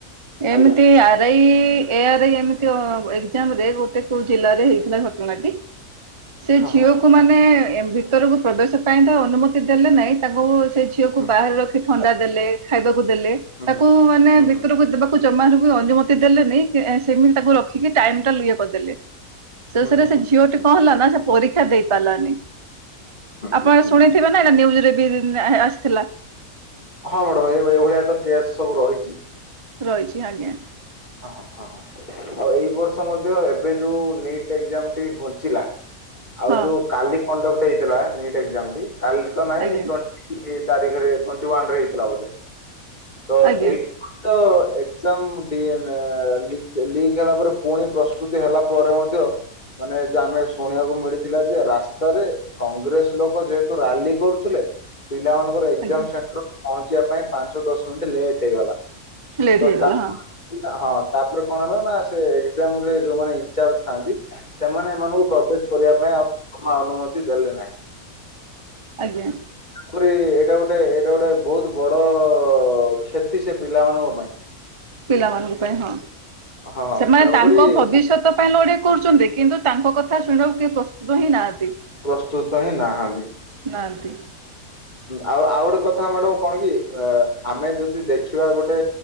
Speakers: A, on the left; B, on the right.
A: ଆଜ୍ଞା
B: ଏମିତି ଆ ରାଇ ଏ ଆର ଆଇ ଏମିତି ଅ ଏକ୍ଜାମ ରେ ଗୋଟେ କୋଉ ଜିଲ୍ଲାରେ ହେଇଥିଲା ଘଟଣାଟି। ସେ
A: ହଁ
B: ଝିଅକୁ
A: ହଁ ହଁ
B: ମାନେ ଏମ୍ ଭିତରକୁ ପ୍ରବେଶ ପାଇଁ ତ ଅନୁମତି ଦେଲେ ନାଇଁ ତାଙ୍କୁ ସେ ଝି ଝିଅକୁ
A: ହଁ
B: ବାହାରେ ରଖି ଥଣ୍ଡା ଦେଲେ ଖାଇବାକୁ ଦେଲେ
A: ହୁଁ ହୁଁ
B: ତାକୁ ମାନେ
A: ହୁଁ।
B: ଭିତରକୁ ଯିବା କୁ ଜମାରୁ ବି ଅନୁମତି ଦେଲେନି ସେ ଏଁ ସେମିତି ତାକୁ ରଖିକି ଟାଇମ ଟା ଇଏ କରିଦେଲେ। ଶେଷରେ
A: ହୁଁ ହୁଁ
B: ସେ
A: ହୁଁ ହୁଁ ହୁଁ ହୁଁ ହୁଁ
B: ଝିଅଟି କଣ ହେଲା ନା ସେ ପରୀକ୍ଷା ଦେଇ ପାରଲାନି ଆପଣ
A: ହୁଁ ହୁଁ ହୁଁ।
B: ଶୁଣି ଥିବେ ନା ଏଟା ନ୍ଯୁଜ୍ ରେ ବି ଆସିଥିଲା।
A: ହଁ ମାଡମ୍ ଏ ଏଇଭଳିଆ ତ କେସ୍ ସବୁ ରହିଚି।
B: ରହିଚି ଆଜ୍ଞା।
A: ହଁ ହଁ ହଁ ହଁ ଆଉ ଏଇ ବର୍ଷ ମଧ୍ୟ ଏବେ ଯୋଉ ନିଟ୍ ଏକ୍ଜାମ୍ ଟି ଘୁଞ୍ଚିଲା ଆଉ
B: ହଁ
A: ଯୋଉ କାଲି କଣ୍ଡକ୍ଟ ହେଇଥିଲା ନିଟ୍ ଏକ୍ଜାମ ଟି କାଲି ତ ନାଇଁ
B: ଆଜ୍ଞା
A: ଟୁଣ୍ଟ ଇଏ ତାରିଖରେ ଟ୍ଵେଣ୍ଟି ୱାନ୍ ରେ ହେଇଥିଲା ବୋଧେ ତ
B: ଆଜ୍ଞା
A: ଏଇଠ ତ ଏକ୍ଜାମ୍ ଟିକେ ନେ ଏ ଏ ଲିକ୍ ଲିକ ହେଲା ପରେ ପୁଣି ପ୍ରସ୍ତୁତି ହେଲା ପରେ ମଧ୍ୟ ମାନେ ଯୋଉ ଆମେ ଶୁଣିବାକୁ ମିଳିଥିଲା ଯେ ରାସ୍ତାରେ କଂଗ୍ରେସ୍ ଲୋକ ଯେହେତୁ ରାଲି କରୁଥୁଲେ ପିଲାମାନଙ୍କ ତ ଏକ୍ଜାମ
B: ଆଜ୍ଞା
A: ସେଣ୍ଟର ପହଞ୍ଚିବା ପାଇଁ ପାଞ୍ଚ ଦଶ ମିଣ୍ଟି ଲେଟ୍ ହେଇଗଲା
B: ଲେଟ୍
A: ତ
B: ହେଇଗଲା
A: ତାଙ୍କ
B: ହଁ
A: ହଁ ତାପରେ କଣ ହେଲା ନା ସେ ଏକ୍ଜାମ ରେ ଯୋଉମାନେ ଇଁ ଚାର୍ଜ ଥାଆନ୍ତି ସେମାନେ ଏମାନଙ୍କୁ ପ୍ରବେଶ କରିବା ପାଇଁ ଆଉ ଜମା ଅନୁମତି ଦେଲେ ନାହିଁ।
B: ଆଜ୍ଞା।
A: ତାପରେ ଏଇଟା ଗୋଟେ ଏଇଟା ଗୋଟେ ବହୁତ୍ ବଡ କ୍ଷତି ସେ ପିଲାମାନଙ୍କ ପାଇଁ।
B: ପିଲାମାନଙ୍କ ପାଇଁ ହଁ,
A: ହଁ
B: ସେମାନେ
A: ତେଣୁକରି
B: ତାଙ୍କ ଭବିଷ୍ୟତ ପାଇଁ ଲଢେଇ କରୁଛନ୍ତି କିନ୍ତୁ ତାଙ୍କ କଥା ଶୁଣିବାକୁ କେହି ପ୍ରସ୍ତୁତ ହିଁ ନାହାନ୍ତି।
A: ପ୍ରସ୍ତୁତ ହିଁ ନାହାନ୍ତି।
B: ନାହାନ୍ତି
A: ଆଉ ଆଉ ଗୋଟେ କଥା ମ୍ୟାଡମ୍ କଣ କି ଆମେ ଯଦି ଦେଖିବା ଗୋଟେ